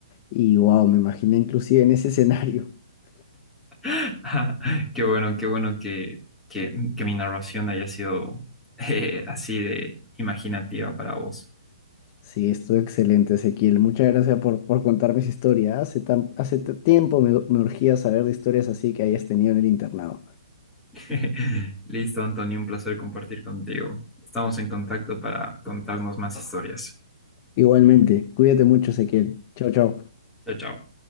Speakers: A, on the left (about 20°); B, in the centre.
A: y wow, me imaginé inclusive en ese escenario. <laughs>
B: <laughs> Qué bueno, qué bueno que, que, que mi narración haya sido <laughs> eh, así de imaginativa para vos.
A: Sí, estuvo excelente, Ezequiel. Muchas gracias por, por contarme esa historia. Hace tan, hace t- tiempo me, me urgía saber de historias así que hayas tenido en el internado.
B: <laughs> Listo, Antonio, un placer compartir contigo. Estamos en contacto para contarnos más historias.
A: Igualmente, cuídate mucho, Ezequiel. Chao, chao.
B: Chao, chao.